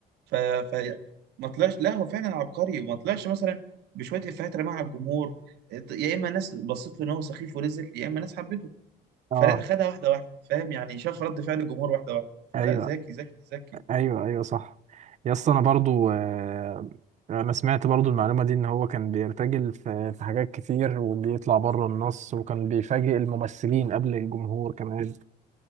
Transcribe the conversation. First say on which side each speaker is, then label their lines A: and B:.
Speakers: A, on the right; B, on the right.
A: ف, ف... ما طلعش لا هو فعلا عبقري ما طلعش مثلا بشوية إفيهات رماها على الجمهور يا إما ناس بصيت له إن هو سخيف ونزل يا إما ناس حبته
B: اه
A: فلا خدها واحدة واحدة فاهم يعني شاف رد فعل الجمهور واحدة واحدة
B: ايوه
A: فلا ذكي ذكي ذكي
B: ايوه ايوه صح يا اسطى انا برضو آه، انا سمعت برضو المعلومه دي ان هو كان بيرتجل في في حاجات كتير وبيطلع بره النص وكان بيفاجئ الممثلين قبل الجمهور كمان